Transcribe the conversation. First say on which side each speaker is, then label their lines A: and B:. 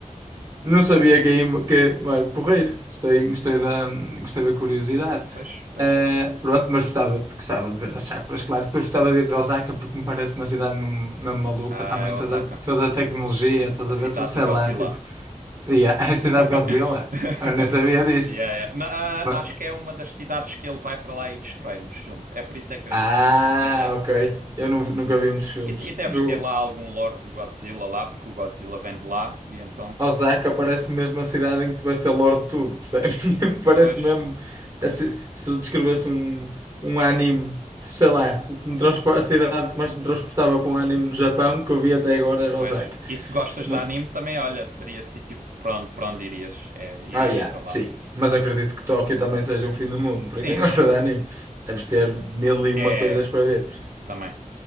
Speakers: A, on the right; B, on the right.
A: Não sabia que é, que é vai, porreiro. Gostei, gostei da, gostei da curiosidade.
B: Pois, pois
A: Ah,
B: é.
A: pronto, mas gostava, gostava de ver as chacras, claro. Depois gostava de ir a Osaka porque me parece uma cidade mesmo mesmo maluca
B: Ah,
A: também,
B: é Osaka,
A: toda, toda a tecnologia, estás
B: a cidade
A: a ver? Tudo, sei
B: do Godzilla.
A: lá, tipo, yeah,
B: <laughs>
A: <laughs> é a cidade de Godzilla. Eu não sabia disso.
B: Yeah, yeah. Na-
A: Mas-
B: ah, acho que é uma das cidades que ele vai para lá e destrói nos filmes. É por isso é que eu
A: Ah,
B: disse. Mas já.
A: ok. Eu nu- nunca vi muitos filmes
B: E, e deves
A: do,
B: ter lá algum lore do Godzilla lá, porque o Godzilla vem de lá e então.
A: Osaka parece mesmo a cidade em que tu vais ter lore de tudo, percebes? <laughs> Parece
B: Pois,
A: mesmo. assim, se eu descrevesse um, um anime, sei lá, o que me transpo- a cidade que mais me transportava para um anime no Japão que eu vi até agora era
B: pois.
A: Osaka.
B: E se gostas
A: No-
B: de anime também, olha, seria sítio para onde, para onde irias. É, irias
A: Ah, yeah,
B: para lá.
A: sim. Mas acredito que Tóquio também seja um fim do mundo. Para
B: Sim,
A: quem <laughs> gosta
B: sim.
A: de anime, deves ter mil e
B: É,
A: uma coisas para ver.
B: também.